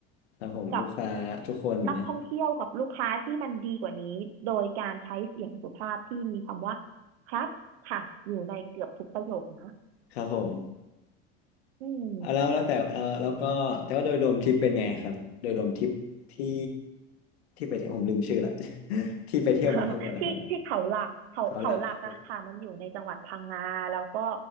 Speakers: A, on the left; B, on the right.
A: ครับผมลูกค้าทุกคนนะ
B: กับนักท่องเที่ยวกับลูกค้าที่มันดีกว่านี้โดยการใช้เสียงสุภาพที่มีคำว่าครับค่ะอยู่ในเกือบทุกประโยคนะ
A: ครับผม
B: อืม
A: เอาแล้วแล้วแต่เออแล้วก็แต่ว่าโดยรวมทริปเป็นไงครับโดยรวมทริปที่ที่ไปเที่ยวผมลืมชื่อละ <laughs> ที่ไปเที่ยวมาทั้งหมดนะครับ
B: <laughs> ที่ที่เขาหลักเขาเขาหลักอะค่ะมันอยู่ในจังหวัดพังงาแล้วก็
A: เขาหลักครับผม